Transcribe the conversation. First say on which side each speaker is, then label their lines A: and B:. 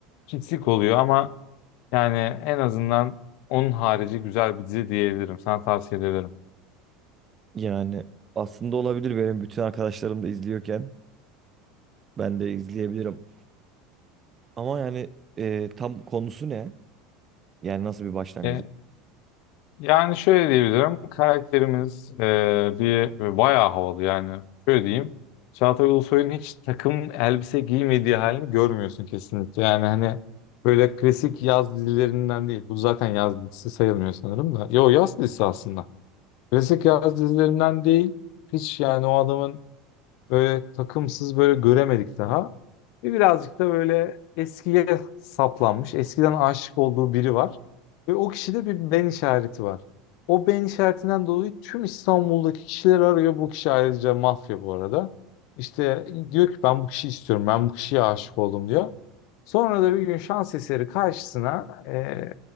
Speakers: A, on the left (about 65°); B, on the right (about 30°).
A: pislik oluyor ama yani en azından onun harici güzel bir dizi diyebilirim. Sana tavsiye ederim.
B: Yani aslında olabilir benim bütün arkadaşlarım da izliyorken ben de izleyebilirim. Ama yani e, tam konusu ne? Yani nasıl bir başlangıcı?
A: E, yani şöyle diyebilirim. Karakterimiz e, bir e, bayağı havalı yani. Şöyle diyeyim. Çağatay Ulusoy'un hiç takım elbise giymediği halini görmüyorsun kesinlikle. Yani hani böyle klasik yaz dizilerinden değil. Bu zaten yaz dizisi sayılmıyor sanırım da. Yo yaz dizisi aslında. Klasik yaz dizilerinden değil. Hiç yani o adamın böyle takımsız böyle göremedik daha. Ve birazcık da böyle eskiye saplanmış, eskiden aşık olduğu biri var. Ve o kişide bir ben işareti var. O ben işaretinden dolayı tüm İstanbul'daki kişileri arıyor. Bu kişi ayrıca mafya bu arada. İşte diyor ki ben bu kişiyi istiyorum, ben bu kişiye aşık oldum diyor. Sonra da bir gün şans eseri karşısına e,